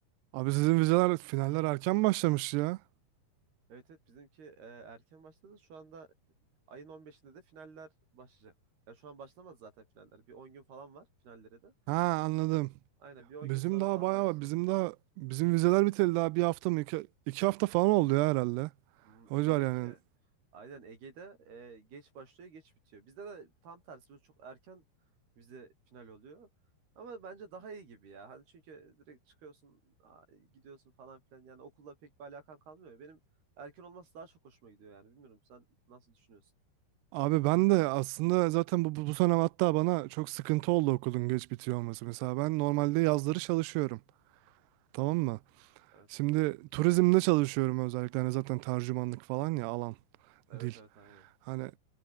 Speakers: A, on the right; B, on the right.
A: Abi sizin vizeler finaller erken başlamış ya.
B: Evet evet bizimki e, erken başladı. Şu anda ayın 15'inde de finaller başlayacak. Ya şu an başlamadı zaten finaller. Bir 10 gün falan var finallere de.
A: Ha anladım.
B: Aynen bir 10
A: Bizim
B: gün sonra
A: daha
B: falan
A: bayağı
B: başlayacak.
A: var. Bizim daha bizim vizeler biteli daha bir hafta mı iki, iki hafta falan oldu ya herhalde.
B: Hmm,
A: Hocalar
B: Demek
A: yani.
B: ki aynen Ege'de e, geç başlıyor geç bitiyor. Bizde de tam tersi. Biz çok erken vize final oluyor. Ama bence daha iyi gibi ya. Hani çünkü direkt çıkıyorsun, a- gidiyorsun falan filan. Yani okulla pek bir alakan kalmıyor. Benim erken olması daha çok hoşuma gidiyor yani. Bilmiyorum sen nasıl düşünüyorsun?
A: Abi ben de aslında zaten bu, bu, bu sene hatta bana çok sıkıntı oldu okulun geç bitiyor olması. Mesela ben normalde yazları çalışıyorum. Tamam mı?
B: Evet.
A: Şimdi turizmde çalışıyorum özellikle. Hani zaten tercümanlık falan ya alan
B: Evet
A: dil.
B: evet aynen.
A: Hani